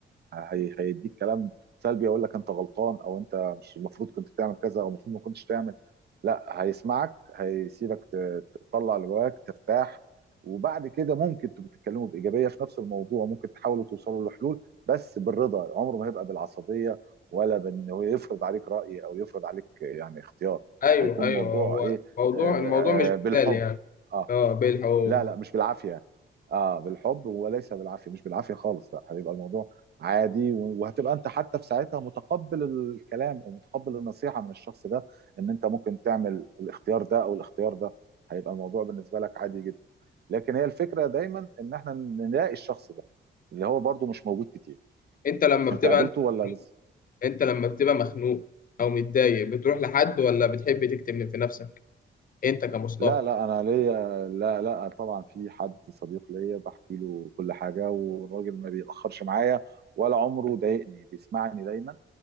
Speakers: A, on the right; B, on the left.
A: هي هيديك كلام سلبي يقول لك انت غلطان او انت مش المفروض كنت تعمل كذا او المفروض ما كنتش تعمل لا هيسمعك هيسيبك ت- تطلع اللي جواك ترتاح وبعد كده ممكن تبقوا تتكلموا بايجابيه في نفس الموضوع ممكن تحاولوا توصلوا لحلول بس بالرضا عمره ما هيبقى بالعصبيه ولا بانه يفرض عليك راي او يفرض عليك يعني اختيار
B: ايوه
A: هيكون
B: ايوه
A: الموضوع
B: هو
A: ايه
B: موضوع
A: آه،
B: الموضوع مش جدال
A: آه، بالحب
B: يعني
A: اه
B: اه بالحقوق
A: لا لا مش بالعافيه اه بالحب وليس بالعافيه مش بالعافيه خالص لا هيبقى الموضوع عادي و- وهتبقى انت حتى في ساعتها متقبل الكلام ومتقبل النصيحه من الشخص ده ان انت ممكن تعمل الاختيار ده او الاختيار ده هيبقى الموضوع بالنسبه لك عادي جدا لكن هي الفكره دايما ان احنا نلاقي الشخص ده اللي هو برضو مش موجود كتير
B: انت لما
A: انت
B: بتبقى
A: قابلته ولا لسه
B: انت لما بتبقى مخنوق او متضايق بتروح لحد ولا بتحب تكتم في نفسك انت كمصطفى
A: لا لا انا ليا لا لا طبعا في حد صديق ليا بحكي له كل حاجه والراجل ما بيتاخرش معايا ولا عمره ضايقني بيسمعني دايما